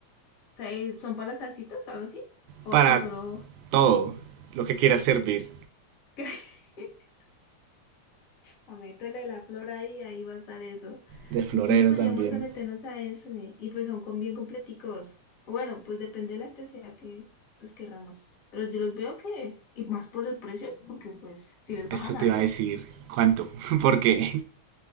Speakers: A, on the left; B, on the right.
A: o sea, eh, son para las salsitas o algo así? ¿O,
B: Para
A: o solo...
B: todo lo que quieras servir.
A: <laughs> A meterle la flor ahí, ahí va a estar eso.
B: De florero
A: Sí, podríamos
B: también.
A: a meternos a eso. eh, Y pues son con bien completicos. O bueno, pues depende de la intensidad que pues querramos. Pero yo los veo que, y más por el precio, porque pues si les
B: Eso
A: bajan
B: te
A: harto.
B: iba a decir. ¿Cuánto? <laughs> Porque.